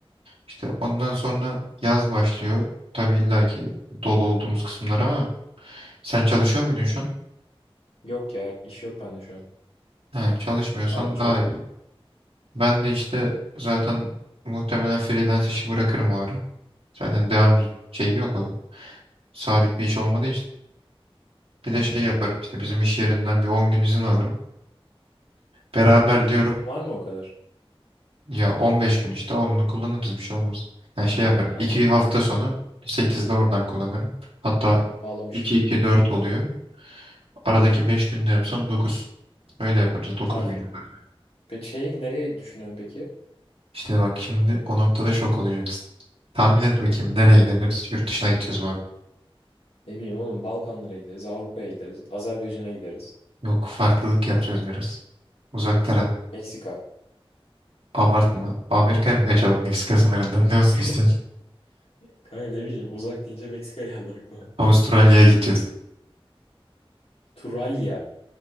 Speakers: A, on the right; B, on the left.
A: İşte ondan sonra yaz başlıyor. Tabii illa ki dolu olduğumuz kısımlar ama sen çalışıyor muydun şu an?
B: Yok ya iş yok bende şu an.
A: He, çalışmıyorsan
B: Sadece
A: daha
B: okul.
A: iyi. Ben de işte zaten muhtemelen freelance işi bırakırım o ara. Zaten devam şeyi yok sabit bir iş olmadığı için bir
B: Aha.
A: de şey yaparım işte bizim iş yerinden bir 10 gün izin alırım. Beraber
B: Yıllık
A: diyorum
B: iznin var mı o kadar?
A: ya 15 gün işte onunu kullanırız bir şey olmaz. Yani
B: Ha,
A: şey yaparım
B: öyle anladım.
A: iki hafta sonu sekizde oradan kullanırım. Hatta
B: Hı, Bağlamış.
A: iki iki dört oluyor. Aradaki 5 günde yapsam dokuz Öyle yaparız 9
B: Kafi.
A: gün yaparız.
B: Peki şey nereye düşünüyorsun peki?
A: İşte bak şimdi o noktada şok olacaksın. Tahmin et bakayım nereye gideriz? Yurt dışına gideceğiz bu arada.
B: Ne bileyim oğlum Balkanlara gideriz, Avrupa'ya gideriz, Azerbaycan'a gideriz.
A: Yok farklılık yapacağız biraz. Uzaklara.
B: Meksika.
A: Abartma. Amerika'ya mı kaçalım Meksika sınırından? Ne olsun
B: <laughs>
A: istiyorsun?
B: Kanka ne bileyim uzak deyince Meksika geldi aklıma.
A: Avustralya'ya gideceğiz.
B: Turalya.